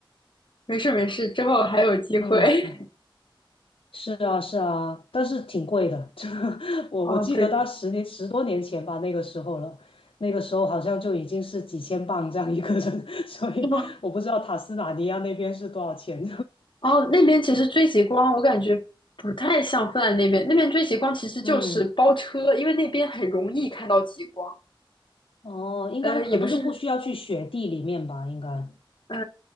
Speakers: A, on the left; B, on the left.
A: 没事没事，之后还有机会。
B: 嗯，是啊，是啊，但是挺贵的。<laughs> 这个我我记得到十年十多年前吧，
A: <laughs> 哦，对，
B: 那个时候了，那个时候好像就已经是几千镑这样一个人，<laughs> 所以我不知道塔斯马尼亚那边是多少钱。
A: 哦，哦那边其实追极光，我感觉不太像芬兰那边。那边追极光其实就是包车，
B: <laughs> 嗯，
A: 因为那边很容易看到极光。
B: 哦，应该可能就不需要去雪地里面吧，
A: 呃，也不是，
B: 应该。
A: 呃，